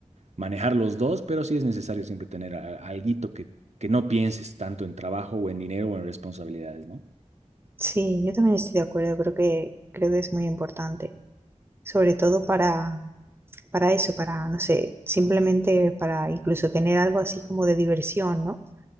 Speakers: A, on the right; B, on the right.
A: manejar los dos, pero sí es necesario siempre tener a- alguito que, que no pienses tanto en trabajo o en dinero o en responsabilidades, ¿no?
B: Sí, yo también estoy de acuerdo. Creo que, creo que es muy importante. Sobre todo para, para eso, para, no sé, simplemente para incluso tener algo así como de diversión, ¿no?